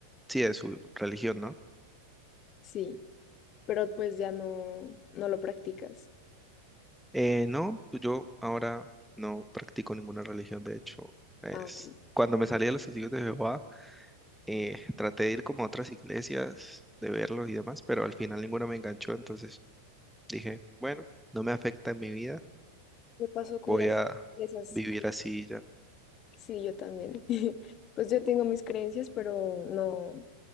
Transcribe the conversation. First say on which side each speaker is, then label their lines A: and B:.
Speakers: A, in the centre; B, on the left.
A: sí, de su religión, ¿no?
B: Sí, pero pues ya no, no lo practicas.
A: Eh, no, pues, yo ahora no practico ninguna religión, de hecho, es,
B: Ah, ok.
A: cuando me salí de los testigos de Jehová, eh, traté de ir como a otras iglesias, de verlos y demás, pero al final ninguna me enganchó, entonces dije, bueno, no me afecta en mi vida,
B: ¿Qué pasó con
A: voy
B: las
A: a
B: esas?
A: vivir así y ya.
B: Sí, yo también. <laughs> Pues yo tengo mis creencias, pero no,